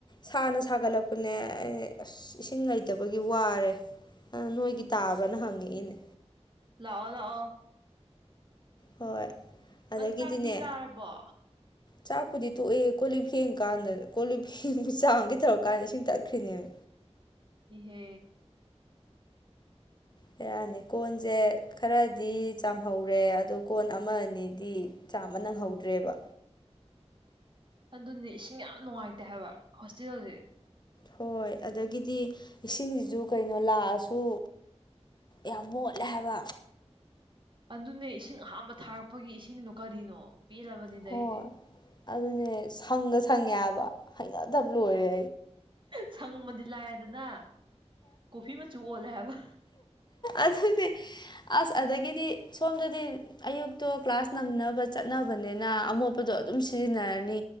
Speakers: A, on the left; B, on the right.
A: ꯁꯥꯅ ꯁꯥꯒꯠꯂꯛꯄꯅꯦ ꯑꯩ ꯑꯁ ꯏꯁꯤꯡ ꯂꯩꯇꯕꯒꯤ ꯋꯥꯔꯦ ꯑ ꯅꯣꯏꯒꯤ ꯇꯥꯕ꯭ꯔꯅ ꯍꯪꯉꯛꯏꯅꯦ
B: ꯂꯥꯛꯑꯣ ꯂꯥꯛꯑꯣ
A: ꯍꯣꯏ ꯑꯗꯒꯤꯗꯤꯅꯦ
B: ꯅꯪ ꯆꯥꯛꯇꯤ ꯆꯥꯔꯕꯣ
A: ꯆꯥꯛꯄꯨꯗꯤ ꯇꯣꯛꯑꯦ ꯀꯣꯜꯂꯤꯞ ꯐꯦꯡ ꯀꯥꯟꯗ ꯀꯣꯂꯤꯞ ꯐꯦꯡꯕ ꯆꯥꯝꯒꯦ ꯊꯧꯔꯛꯀꯥꯟꯗ ꯏꯁꯤꯡ ꯇꯠꯈ꯭ꯔꯤꯅꯦꯃꯤ
B: ꯏꯍꯦ
A: ꯕꯦꯔꯅꯤ ꯀꯣꯟꯖꯦ ꯈꯔꯗꯤ ꯆꯥꯝꯍꯧꯔꯦ ꯑꯗꯣ ꯀꯣꯟ ꯑꯃ ꯑꯅꯤꯗꯤ ꯆꯥꯝꯕ ꯅꯪꯍꯧꯗ꯭ꯔꯦꯕ
B: ꯑꯗꯨꯅꯦ ꯏꯁꯤꯡ ꯌꯥꯝ ꯅꯨꯡꯉꯥꯏꯇꯦ ꯍꯥꯏꯕ ꯍꯣꯁꯇꯦꯜꯖꯦ
A: ꯍꯣꯏ ꯑꯗꯒꯤꯗꯤ ꯏꯁꯤꯡꯖꯤꯖꯨ ꯀꯩꯅꯣ ꯂꯥꯛꯑꯁꯨ ꯌꯥꯝ ꯃꯣꯠꯂꯦ ꯍꯥꯏꯕ
B: ꯑꯗꯨꯅꯦ ꯏꯁꯤꯡ ꯑꯍꯥꯝꯕ ꯊꯥꯔꯛꯄꯒꯤ ꯏꯁꯤꯡꯗꯣ ꯀꯔꯤꯅꯣ ꯄꯦꯜꯂꯕꯅꯤꯗ
A: ꯍꯣꯏ
B: ꯑꯩꯗꯤ
A: ꯑꯗꯨꯅꯦ ꯁꯪꯒ ꯁꯪꯉꯦ ꯍꯥꯏꯕ ꯍꯩꯅꯗꯕ ꯂꯣꯏꯔꯦ
B: ꯁꯪꯕꯗꯤ ꯂꯥꯏꯔꯗꯅ ꯀꯣꯐꯤ ꯃꯆꯨ ꯑꯩ ꯂꯦ‌ ꯍꯥꯥꯏꯕ
A: ꯑꯗꯨꯅꯤ ꯑꯁ ꯑꯗꯒꯤꯗꯤ ꯁꯣꯝꯗꯗꯤ ꯑꯌꯨꯛꯇꯣ ꯀ꯭ꯂꯥꯁ ꯅꯪꯅꯕ ꯆꯠ ꯆꯠꯅꯕꯅꯤꯅ ꯑꯃꯣꯠꯄꯗꯣ ꯑꯗꯨꯝ ꯁꯤꯖꯤꯟꯅꯔꯅꯤ